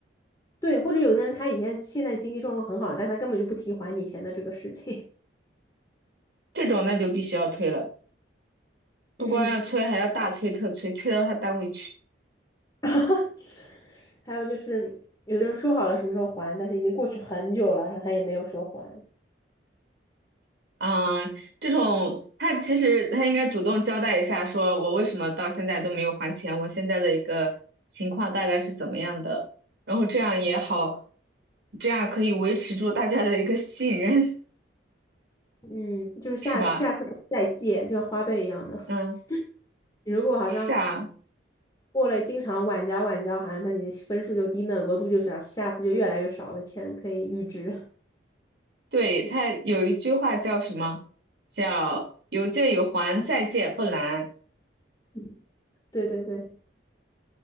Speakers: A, on the left (about 20°); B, on the right (about 65°).
A: 对，或者有的人他以前现在经济状况很好了，但他根本就不提还你钱的这个事情。
B: 这种那就必须要催了，不光要催，
A: <laughs> 嗯，
B: 还要大催特催，催到他单位去。
A: <laughs> 还有就是有的人说好了什么时候还，但是已经过去很久了，然后他也没有说还。
B: 啊、这种他其实他应该主动交代一下，说我为什么到现在都没有还钱，我现在的一个情况大概是怎么样的，然后这样也好，这样可以维持住大家的一个信任，
A: 嗯，就是下次下次可以再借，
B: <laughs> 是吧？
A: 就像花呗一样的。
B: 嗯。
A: <laughs> 你如果好像
B: 是啊，
A: 过了经常晚交晚交，好像那你的分数就低，那额度就小，下次就越来越少的钱可以预支。
B: 对，他有一句话叫什么？叫“有借有还，再借不难”
A: <laughs> 对对对，